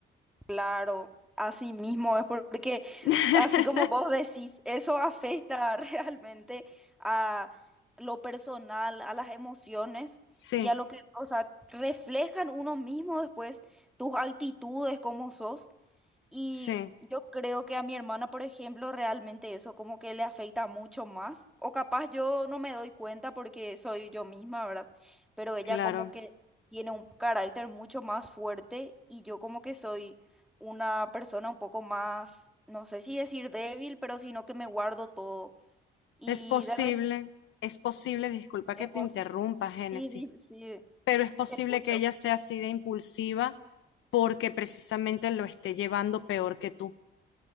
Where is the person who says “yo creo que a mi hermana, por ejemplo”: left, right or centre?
Centre